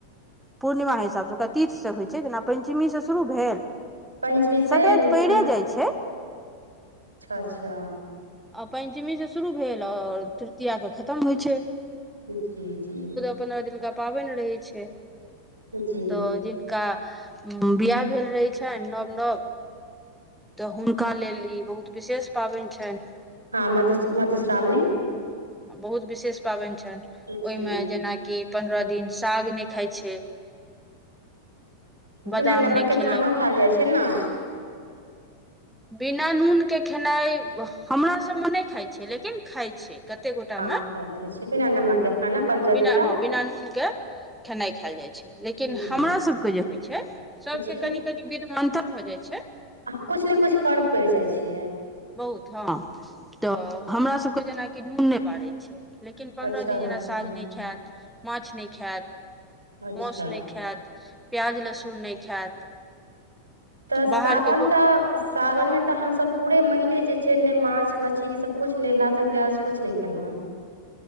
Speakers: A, in the centre; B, on the right.
A: पूर्णिमा हिसाबसँ ओकरा तीथसँ होइ छै जेना पञ्चमीसँ शुरू भेल।
B: पंचमी से
A: संक्रानति
B: न
A: पैरे जाइ छै।
B: अच्छा-अच्छा।
A: आ पञ्चमी सँ शुरू भेल ओर तृतीया के खतम होइ छै।
B: जी-जी।
A: दनका पनि रहै छै
B: जी
A: त। का बियाह भेल रहै छनि नव-नव। तऽ हुनका लेल ई बहुत विशेष पाबैन छनि।
B: हँ मधु मधुश्रामणी।
A: बहुत विशेष पाबनि छनि
B: जी
A: ओहि मे जेनाकि पन्द्रह दिन साग नय खाइत छै।
B: बिना
A: बादाम
B: नमकके
A: नहि खेलक
B: खानो खायएल जाइत छै ने।
A: बिना नूनके खेनाइ हमरा सभमे नहि खाइत छै लेकिन खाइत छै। कते गोटा मे
B: खायल जाइ छै बिना नमक के खाना पन्द्रह
A: बिना
B: दिन तक
A: ह बिना नून के। खेनाइ खायल जाय छै लेकिन
B: जी
A: हमरा सब के जे होइ छै सबके
B: जी
A: कनि-कनि। विधमे अंतर हो जाइ छै।
B: अह कछु ने कछु फर्क पड़ि जाइ छै।
A: बहुत हँ तऽ हमरा सभके जेनाकि नून नय बारै छै। लेकिन पन्द्रह
B: अच्छा
A: दिन
B: अच्छा
A: जेना साग नय खायत माछ नय खत
B: अच्छा
A: मासु नय खायत। प्याज-लसुन नय खायत।
B: तऽ सावन
A: बाहरके
B: तऽ। सावनमे तऽ हमस पूरे महिने जे छै ने माछ मछली ई सब किछु नय लहसुन प्याज किछु नय खेलहुँ हँ।